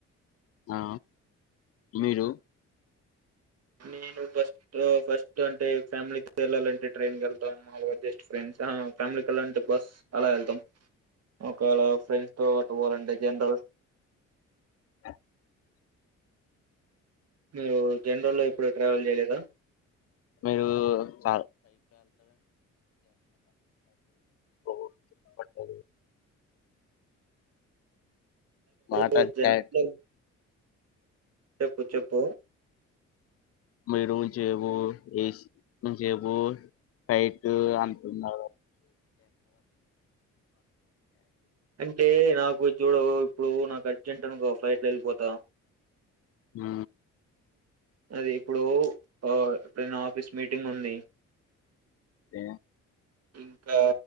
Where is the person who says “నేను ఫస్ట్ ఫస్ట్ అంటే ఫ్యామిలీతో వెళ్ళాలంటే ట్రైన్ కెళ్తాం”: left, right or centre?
Right